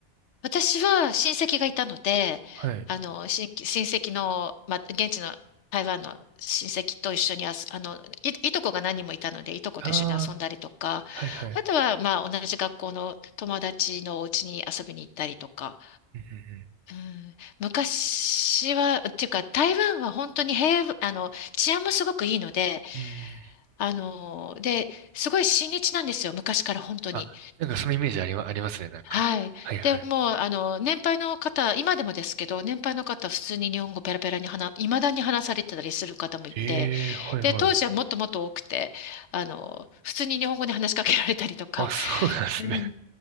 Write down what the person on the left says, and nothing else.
私は親戚がいたので、
あの、親戚親戚の、まあ、現地の台湾の親戚と一緒に遊あの、い、いとこが何人もいたので、いとこと一緒に遊んだりとか、
あとは、まあ、同じ学校の友達のお家に遊びに行ったりとか、
うん、昔は、っていうか、台湾は本当に平和、あの、治安もすごくいいので、
あの、で、すごい親日なんですよ、昔から本当に。
はい。
で、もう、あの、年配の方、今でもですけど、年配の方、普通に日本語ペラペラに話、いまだに話されてたりする方もいて、
で、当時はもっともっと多くて、あの、普通に日本語で話しかけられたりとか、
うん